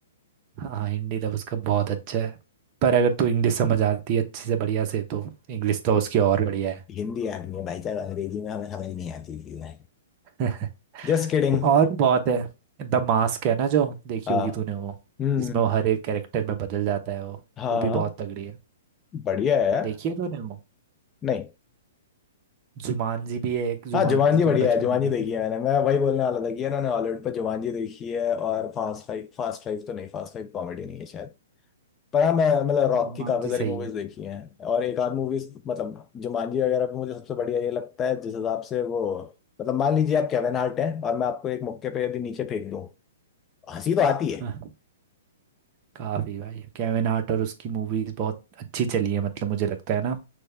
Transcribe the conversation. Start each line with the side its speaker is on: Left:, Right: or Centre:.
Right: हाँ हिंदी तो उसका बहुत अच्छा है पर अगर तू इंग्लिश समझ आती है अच्छे से बढ़िया से तो इंग्लिश तो उसकी और बढ़िया
Left: हिंदी आदमी है भाई साहब अंग्रेजी में हमें समझ नहीं आती चीजें
Right: है
Left: Just kidding
Right: <laughs> और भी बहुत है द मास्क है ना जो देखी
Left: हाँ
Right: होगी तूने वो
Left: हम्म
Right: जिसमें वो हर एक कैरेक्टर में बदल जाता है वो
Left: हाँ
Right: वो भी बहुत तगड़ी है
Left: बढ़िया है यार
Right: देखी है तूने वो
Left: नहीं
Right: जुमानजी भी है एक
Left: हाँ
Right: जुमानजी
Left: जुमानजी बढ़िया
Right: तूने बचपन
Left: है जुमानजी
Right: में देखी
Left: देखी है मैंने मैं वही बोलने वाला था कि उन्होंने हॉलीवुड पर जुमानजी देखी है और फास्ट फाइव फास्ट फाइव तो नहीं फास्ट फाइव कॉमेडी नहीं है शायद पर हाँ मैं मतलब रॉक
Right: जुमानजी
Left: की काफी सारी
Right: सही
Left: मूवीज
Right: है
Left: देखी हैं और एक आध मूवीज मतलब जुमानजी वगैरह पे मुझे सबसे बढ़िया ये लगता है जिस हिसाब से वो मतलब मान लीजिए आप केविन हार्ट हैं और मैं आपको एक मुक्के पे यदि नीचे फेंक दूं हंसी तो आती
Right: हाँ,
Left: है
Right: काफी भाई केविन हार्ट और उसकी मूवीज बहुत अच्छी चली है मतलब मुझे लगता है ना